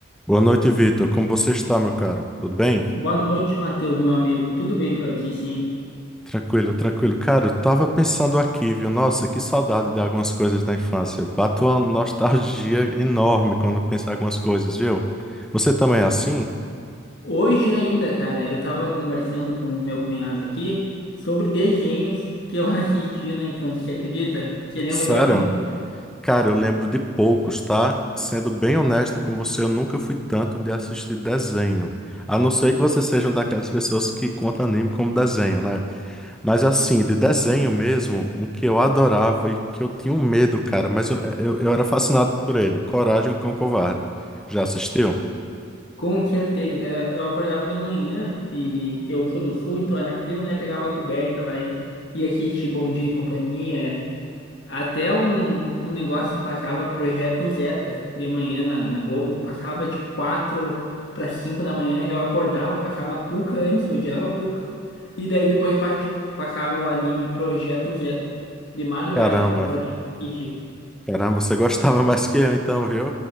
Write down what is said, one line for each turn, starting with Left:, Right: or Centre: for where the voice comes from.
Centre: Boa noite, Vitor. Como você está, meu caro? Tudo bem?
Left: Boa noite, Matheus, meu amigo. Tudo bem por aqui, sim?
Centre: Tranquilo, tranquilo. Cara, eu tava pensando aqui, viu? Nossa, que saudade de algumas coisas da infância. Bato uma nostalgia enorme quando penso em algumas coisas, viu? Você também é assim?
Left: Hoje ainda, cara, eu tava conversando com o meu cunhado aqui sobre desenhos que eu <laughs> assisti na infância, você acredita? Você lembra
Centre: Sério?
Left: de algum?
Centre: Cara, eu lembro de poucos, tá? Sendo bem honesto com você, eu nunca fui tanto de assistir desenho. A não ser que você seja uma daquelas pessoas que conta anime como desenho, né? Mas assim, de desenho mesmo, um que eu adorava e que eu tinha um medo, cara, mas eu, eu, eu era fascinado por ele. Coragem, o Cão Covarde. Já assistiu?
Left: Com certeza, cara. Eu acordava de manhã e eu sou do sul, então era frio, né? Pegava a coberta lá e ia assistir Bom Dia e Companhia, Até um, um negócio que passava Projeto Zeta de manhã na, na Globo, passava tipo 4 para 5 da manhã, eu acordava, passava a Puca antes, eu odiava a Puca. E daí depois passa- passava o anime Projeto Zeta, de madrugada,
Centre: Caramba,
Left: que era acordar pra assistir.
Centre: caramba, você gostava <laughs> mais que eu então, viu?